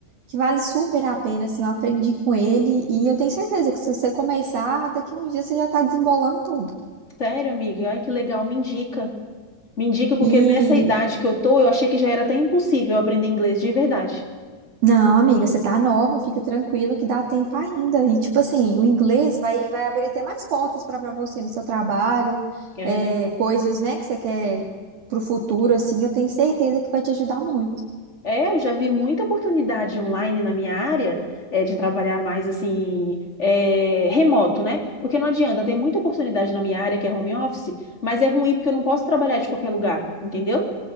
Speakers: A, on the right; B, on the left.
A: Que vale super a pena, assim, eu aprendi com ele e eu tenho certeza que se você começar, daqui a uns dias você já tá desembolando tudo.
B: Sério, amiga, ai que legal, me indica. Me indica, porque
A: E
B: nessa idade que eu tô, eu achei que já era até impossível aprender inglês de verdade.
A: não, amiga, você tá nova, fica tranquila que dá tempo ainda. E tipo assim, o inglês vai vai abrir até mais portas para para você no seu trabalho,
B: É,
A: é,
B: né?
A: coisas, né, que você quer pro futuro, assim, eu tenho certeza que vai te ajudar muito.
B: É, eu já vi muita oportunidade online na minha área, é, de trabalhar mais assim, é, remoto, né? Porque não adianta, tem muita oportunidade na minha área que é home office, mas é ruim porque eu não posso trabalhar de qualquer lugar, entendeu?